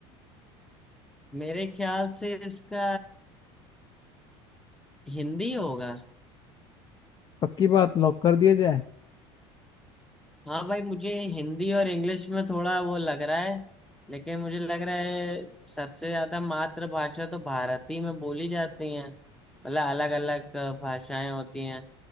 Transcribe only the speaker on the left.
पक्की बात लॉक कर दिया जाए